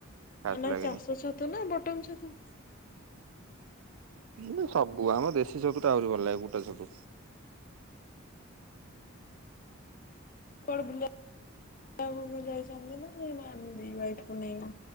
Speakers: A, on the right; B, on the left.
A: ଖାସ
B: ମାନେ
A: ଲାଗେନି।
B: ଚାଷ ଛତୁ ନା ବଟନ ଛତୁ।
A: ମୁଁ ସବୁ ଆମ ଦେଶୀ ସବୁ ତ ଆହୁରି ଭଲ ଲାଗେ ବୁଟା ଛତୁ।
B: କୁଆଡେ ବୁଲିବାକୁ ଯାଇଥାନ୍ତି ଦି ଭାଇ କୁ ନେଇକି।